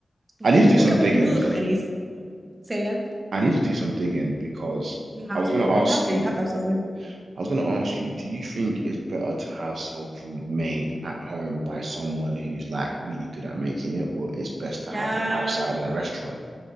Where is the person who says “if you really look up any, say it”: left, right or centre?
Right